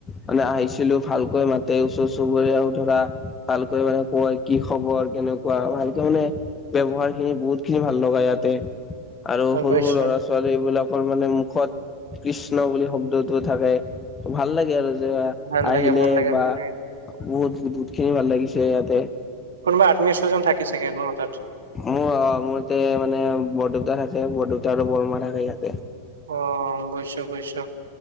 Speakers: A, on the left; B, on the right.
A: মানে আহিছিলোঁ, ভালকৈ মাতে, ওচৰ চুবুৰীয়াও ধৰা ভালকৈ মানে কয়, কি খবৰ? বৰ কেনেকুৱা? ভালকে মানে ব্যৱহাৰ খিনি বহুত খিনি ভাল লগা ইয়াতে, আৰু
B: গম
A: সৰু
B: পাইছো
A: সৰু ল'ৰা ছোৱালীবিলাকৰ মানে মুখত কৃষ্ণ বুলি শব্দটো থাকে, ভাল লাগে আৰু যে
B: ভাল
A: আহিলে
B: লাগে ভাল লাগে
A: বা
B: ভাল লাগে
A: বহুত বহুত খিনি ভাল লাগিছে ইয়াতে।
B: কোনোবা আত্মীয় স্বজন থাকে চাগে ন তাত?
A: মোৰ অ', মোৰ ইয়াতে মানে বৰদেউতা থাকে, বৰদেউতা আৰু বৰমা থাকে ইয়াত।
B: অ', বুজিছোঁ বুজিছোঁ।